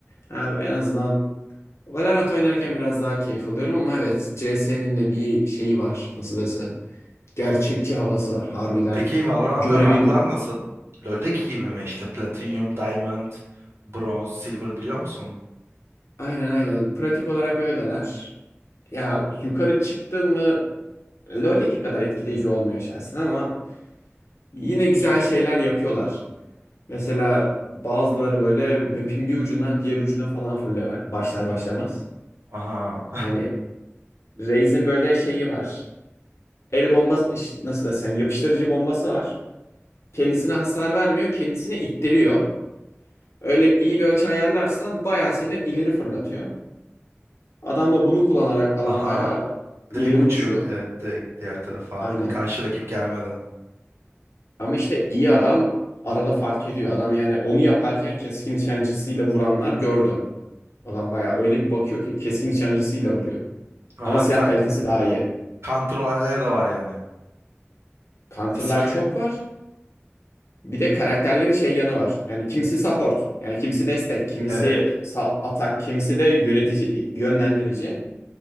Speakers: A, on the left (about 70°); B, on the right (about 65°).
A: Ha, en azından Valorant oynarken biraz daha keyif alıyorum ama evet CS'nin de bir şeyi var. Nasıl desem. Gerçekçi havası var harbiden.
B: Peki Valorant'ta
A: Görevin
B: ranklar nasıl? LoL'deki gibi mi? İşte Platinum, Diamond, Bronze, Silver biliyor musun?
A: aynen aynen. Pratik olarak öyleler. Ya yukarı çıktın mı LoL'deki kadar etkileyici olmuyor şahsen ama yine güzel şeyler yapıyorlar. Mesela bazıları böyle map'in bir ucundan diğer ucuna falan fırlıyor başlar başlamaz.
B: Aha.
A: Hani Raze'in böyle şeyi var. El bombası nasıl desem yapıştırıcı bombası var. Kendisine hasar vermiyor, kendisini ittiriyor. Öyle iyi bir açı ayarlarsan bayağı seni ileri fırlatıyor. Adam da bunu kullanarak
B: <laughs>
A: falan
B: Aha.
A: bayağı ileri
B: Direkt uçuyor.
A: uçuyor.
B: Evet direkt diğer tarafa.
A: Aynen.
B: Karşı rakip gelmeden.
A: Ama işte iyi adam arada fark ediyor. Adam yani onu yaparken keskin nişancısıyla vuranlar gördüm. Adam bayağı öyle bir bakıyor ki keskin nişancısıyla vuruyor.
B: Aha
A: Ama silah
B: ka-
A: kalitesi daha iyi.
B: kontrollerleri de var yani.
A: Counter'lar
B: Bir skill'in.
A: çok var. Bir de karakterlerin şey yanı var. Yani kimisi support, yani kimisi destek, kimisi
B: Evet.
A: sa- atak, kimisi de yönetici, yönlendirici.